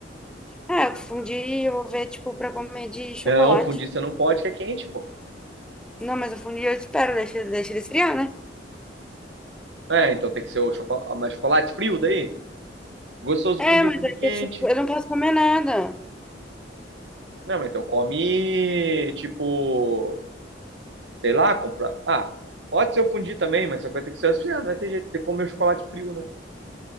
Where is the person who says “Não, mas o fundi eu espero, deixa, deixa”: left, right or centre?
Centre